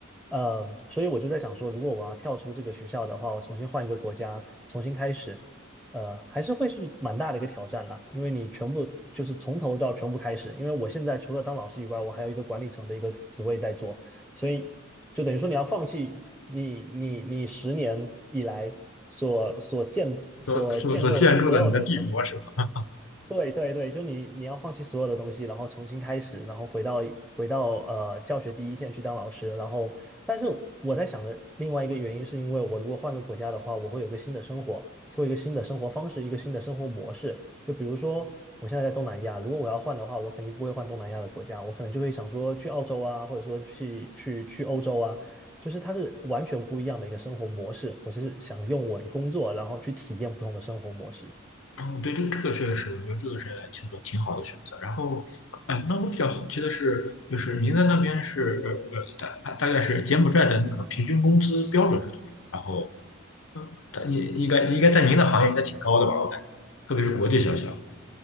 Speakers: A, in the centre; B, on the left (about 75°).
A: 呃，所以我就在想说，如果我要跳出这个学校的话，我重新换一个国家，重新开始。呃，还是会是蛮大的一个挑战啦，因为你全部就是从头到全部开始。因为我现在除了当老师以外，我还有一个管理层的一个职位在做，所以就等于说你要放弃你你你十年以来所所建所建构的所有的东西。
B: 说所所建筑的你的帝国是吧？
A: 对对对，就你你要放弃所有的东西，然后重新开始，然后回到回到呃教学第一线去当老师，然后但是我在想的另外一个原因是因为我如果换个国家的话，我会有个新的生活，会有一个新的生活方式，一个新的生活模式。就比如说我现在在东南亚，如果我要换的话，我肯定不会换东南亚的国家，我可能就会想说去澳洲啊，或者说去去去欧洲啊，就是它是完全不一样的一个生活模式。我是想用我的工作，然后去体验不同的生活模式。
B: 嗯，对，这个这个确实是，我觉得这个是挺个挺好的选择。然后，哎，那我比较好奇的是，就是您在那边是呃呃大大大概是柬埔寨的那个平均工资标准是多少？然后他应应该应该在您的行业应该挺高的吧？我感觉，特别是国际学校，